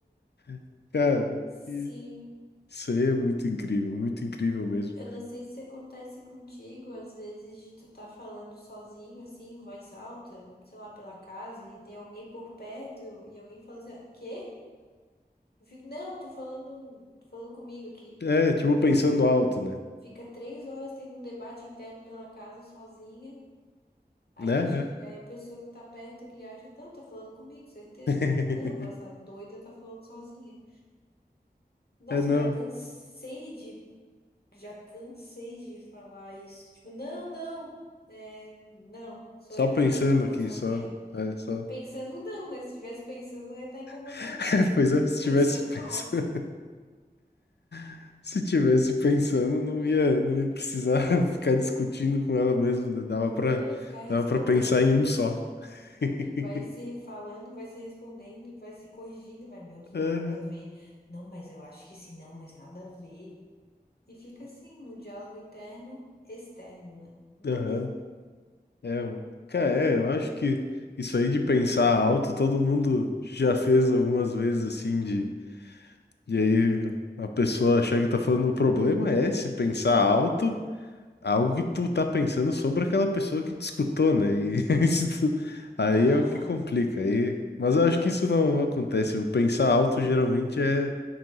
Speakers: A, on the left (about 80°); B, on the left (about 70°).
A: <laughs> Cara,
B: Sim,
A: e- isso aí é muito incrível, muito incrível mesmo.
B: eu não sei se acontece contigo, às vezes, de tu tá falando sozinho, assim, em voz alta, sei lá, pela casa, e tem alguém por perto, e alguém fala assim, quê? Eu fico, não, tô falando, tô falando comigo aqui.
A: É, tipo, pensando alto, né?
B: Fica três horas tendo um debate interno pela casa sozinha, aí
A: Né?
B: acha, que-
A: É.
B: aí a pessoa que tá perto, ele acha, não, tá falando comigo, certeza.
A: <laughs>
B: Eu falo assim, Não, mas essa doida tá falando sozinha. Nossa,
A: É, não.
B: eu já cansei de Já cansei de falar isso. Tipo, não, não, é, não, sou
A: Só
B: eu
A: pensando
B: aqui, eu tô falando
A: aqui,
B: sozinha.
A: só. É, só.
B: Pensando não, né? Se estivesse pensando, eu ia estar incomodando,
A: <laughs>
B: né?
A: Pois é, se
B: Pensando
A: tivesse pensando,
B: alto.
A: <laughs> se tivesse pensando, não ia, não ia precisar <laughs> ficar discutindo com ela mesmo, né? Dava pra,
B: Não, e ficar respondendo
A: dava pra pensar
B: as
A: em
B: pessoas
A: um só.
B: ainda.
A: <laughs>
B: né, E vai se falando, vai se respondendo, e vai se corrigindo, e vai, meu Deus,
A: Ah,
B: mas nada a ver. Não, mas eu acho que sim, não, mas nada a ver. E fica assim, no diálogo interno, externo, né? No
A: Aham.
B: caso.
A: É, mano. cara, é, eu acho que isso aí de pensar alto, todo mundo já fez algumas vezes assim, de, de aí a pessoa achar que tá falando, o problema é se pensar alto algo que tu tá pensando sobre aquela pessoa que te escutou, né? E <laughs> isso tu- aí
B: Não,
A: é o que complica. Aí, mas eu acho
B: é
A: que isso
B: sim.
A: não acontece. O pensar alto geralmente é